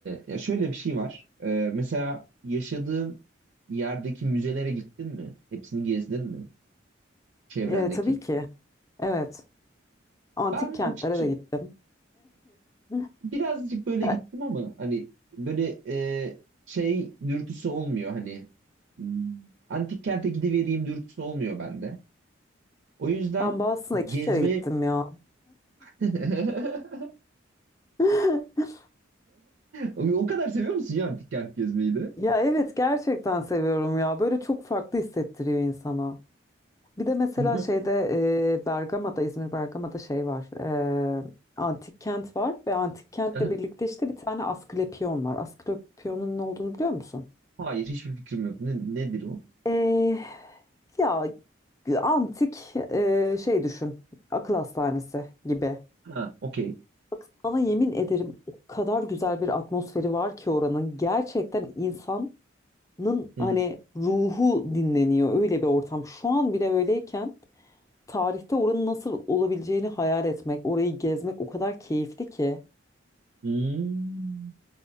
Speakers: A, on the right; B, on the left.
A: ya şöyle bir şey var. E, mesela yaşadığın yerdeki müzelere gittin mi? Hepsini gezdin mi? Çevrendeki.
B: Ee, tabii ki. Evet. Antik
A: Ben
B: kentlere
A: açıkçası
B: de gittim. <laughs>
A: birazcık böyle
B: Ya
A: gittim ama hani böyle e, şey dürtüsü olmuyor hani hmm, antik kente gidivereyim dürtüsü olmuyor bende. O yüzden
B: Ben Boston'a iki
A: gezme
B: kere gittim ya.
A: <laughs>
B: <laughs>
A: o kadar seviyor musun ya antik kent gezmeyi de?
B: Ya evet gerçekten seviyorum ya. Böyle çok farklı hissettiriyor insana. Bir de mesela
A: Hı hı.
B: şeyde e, Bergama'da, İzmir Bergama'da şey var. e, antik kent var ve antik kentle
A: Hı hı.
B: birlikte işte bir tane Asklepion var. Asklepion'un ne olduğunu biliyor musun?
A: Hayır hiçbir fikrim yok. Ne, nedir o?
B: E, ya antik e, şey düşün. Akıl hastanesi gibi.
A: Ha, okey.
B: Bak sana yemin ederim o kadar güzel bir atmosferi var ki oranın. Gerçekten insan Nın
A: Hı
B: hani
A: hı.
B: ruhu dinleniyor öyle bir ortam. Şu an bile öyleyken tarihte oranın nasıl olabileceğini hayal etmek, orayı gezmek o kadar keyifli ki.
A: Hmm.